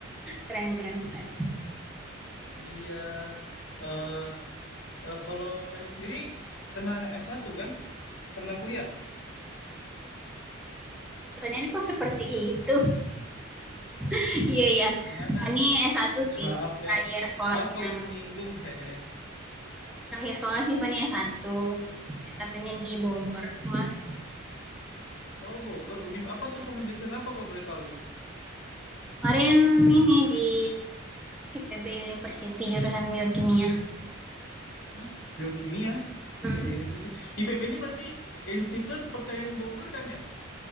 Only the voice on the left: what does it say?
Iya, eh eh, kalau Fani sendiri pernah s satu kan? Pernah kuliah?
Gimana?
<laughs>
Maaf
ya,
maaf kalau menyinggung hehe.
Oh Bogor, Univ apa tuh sama jurusan apa kalau boleh tahu?
Hah? Biokimia?
IPB University. IPB ini berarti Institut Pertanian Bogor kan ya?